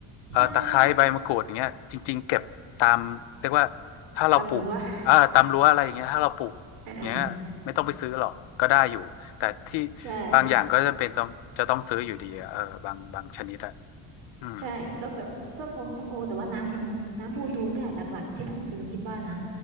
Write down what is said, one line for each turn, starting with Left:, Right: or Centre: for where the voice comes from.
Left: เอ่อตะไคร้ใบมะกรูดอย่างเงี้ยจริงๆเก็บตามเรียกว่า
Right: ใช่
Left: ถ้าเราปลูกเอ่อตามรั้วอะไรอย่างเงี้ยถ้าเราปลูกอย่างเงี้ยไม่ต้องไปซื้อหรอกก็ได้อยู่แต่ที่
Right: จำรู้ว่า <laughs> อ่า ใช่
Left: บางอย่างก็จำเป็นต้องจะต้องซื้ออยู่ดีอะเออบางบางชนิดอะอืม
Right: ใช่ก็แบบส้มองส้มโอแต่ว่าน้ำบูน้ำบูดูเนี่ยหลักๆที่ต้องซื้อคิดว่านะ